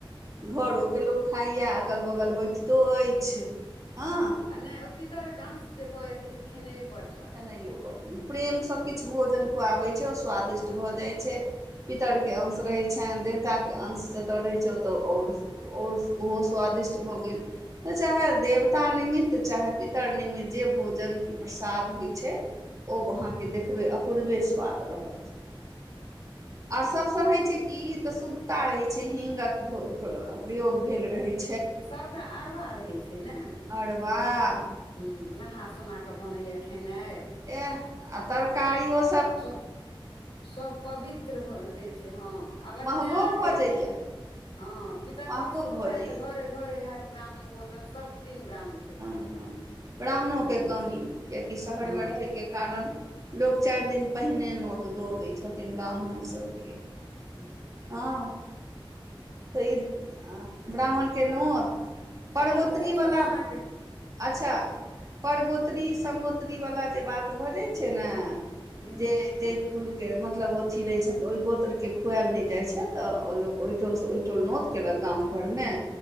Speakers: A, on the right; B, on the left.
A: घरो के लोक खाइया, अगल- बगल बेंटतो अछि हँ
B: आ नहि, ओ पितरक अंश जे भऽ जाय छै से खेनाइयो बड
A: खेनाइयो बड़ नीक, प्रेमसँ किछु भोजन खुआबै छै ओ स्वादिष्ट भऽ जाइ छै। पितर के अंश रहय छनि, देवता के अंश जत रहे छै ओत और सु और ओहो स्वादिष्ट भऽ गेल। तऽ चाहे देवता निमित्त, चाहे पितर निमित्त, जे भोजन की प्रसाद होइ छय, ओ अहाँके देखबय अपूर्वे स्वाद रहत। और सबस होय छै की त, शुद्धता रहे छै हींग के प्रयोग भेल रहे छै।
B: सभटा अरभा रहै छै ने।
A: अरबाऽ
B: हुंउ नहा सुना कऽ बनैया खेनाय।
A: ऐहऽ आब तरकारियो
B: सऽ सभ पवित्र भ रहै छै हँ आब
A: महगो
B: एखने अहाँके
A: भऽ जाइए
B: हँ, पितर
A: महगो
B: पक्ष शुरू
A: भऽ
B: हेतऽ
A: जाइए
B: त घरे -घरे हेत ब्राह्मण भोजन सभ दिन ब्राह्मण भोजन
A: हँऽ
B: रहत
A: ब्राह्मणों
B: पितर
A: के
B: पक्ष
A: कमी कियेकि
B: हँ
A: शहर में रहय के कारण लोक चारि दिन पहिने, नोत दऽ दै छथिन ब्राह्मण सभके
B: हूँऽ
A: हँ तऽ ई ब्राह्मण के नोत परगौत्रीबला
B: आ मात्र एखनो अहाँके
A: अच्छा परगोत्री समगोत्री बला जे बात भऽजै छै ने
B: हू
A: जे जय कुल के मतलब ओथी रहय छैथिन, ओहि गोत्र के खुयेल नहि जाइ छै, तऽ लोक ओहि टोल स ओहि टोल नोत केलक गाम घर में